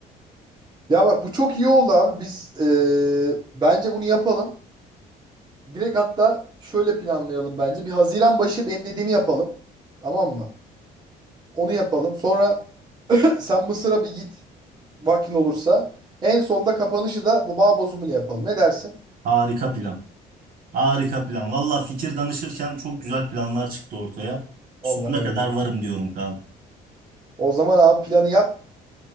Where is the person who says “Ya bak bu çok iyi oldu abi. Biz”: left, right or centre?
Right